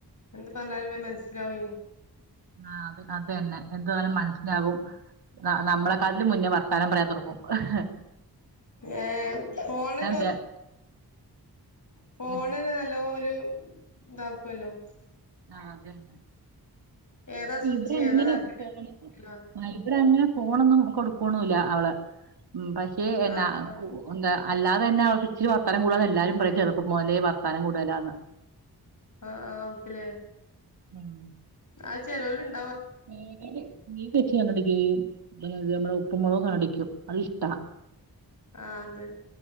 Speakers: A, on the left (about 50°); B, on the right (about 80°).
A: എന്ത് പറഞ്ഞാലുമേ മനസ്സിലാവി
B: ആഹ് അത് അത് തന്നെ എന്താലും മനസ് ഉണ്ടാവും നമ്മളെക്കട്ടിൽ മുന്നേ വർത്താനം പറയാൻ തുടക്കും. ആഹ്
A: എ ഫോണന്ന
B: ദേ-
A: ഫോണന്നെ
B: എൻ-
A: നല്ല ഒരു ഇതാക്കുവല്ലോ
B: ആ അതന്നെ
A: ഏതാ സ്വിച്ച്
B: ഇവടെ അങ്ങനെ
A: ഏതാ ഇതാക്കണ്ടേ
B: പോണ്
A: ആഹ്
B: ഇവിടെങ്ങെ ഫോണൊന്നും കൊടുക്കണല്ല അവള് ഉം പക്ഷേ എന്നാ
A: ആഹ്
B: എന്താ അല്ലാതെ തന്നെ അവ ഇച്ചിരി വർത്തനം കൂടലാന്ന് എല്ലാരും പറയും ചെറുപ്പം മുതലേ വർത്താനം കൂടലാന്ന്
A: ആഹ് ആഹ് ക്കല്ലേ
B: ഉം
A: ആ ചെലോലുണ്ട്
B: നീതില് നീ കച്ച കണ്ണടിക്കുകയും അത് നമ്മുടെ ഉപ്പുമ മുളകം കണ്ടിക്കും അത് ഇഷ്ടാ
A: ആ അത്